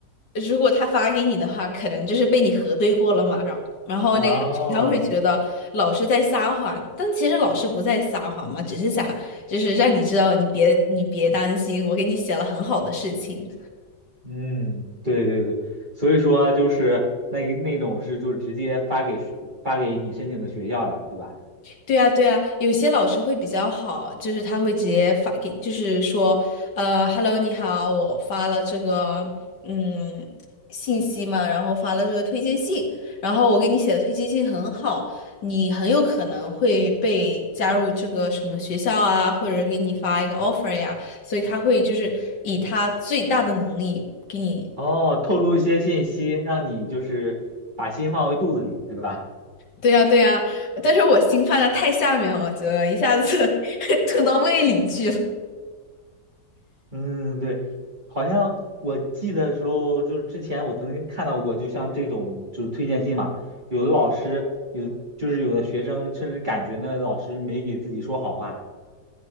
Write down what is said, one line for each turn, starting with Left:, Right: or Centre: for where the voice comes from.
Left: 如果他发给你的话，可能就是被你核对过了嘛，然后然后那个他会觉得老师在撒谎，
Right: 哦，
Left: 但其实老师不在撒谎嘛，只是想就是让你知道你别你别担心，我给你写了很好的事情。
Right: 嗯，对对对，所以说就是那那种是就直接发给发给你申请的学校了，对吧？
Left: 对啊，对啊，有些老师会比较好，就是他会直接发给，就是说，呃，Hello，你好，我发了这个嗯信息嘛，然后发了这个推荐信，然后我给你写的推荐信很好，你很有可能会被加入这个什么学校啊，或者给你发一个 offer 呀，所以他会就是以他最大的能力给你。
Right: 哦，透露一些信息，让你就是把心放回肚子里，对吧？
Left: 对呀，对呀，但是我心放在太下面了，我觉得一下子 <laughs> 吞到胃里去了。
Right: 嗯，对，好像我记得时候，就是之前我曾经看到过，就像这种就是推荐信嘛，有的老师有就是有的学生甚至感觉那老师没给自己说好话。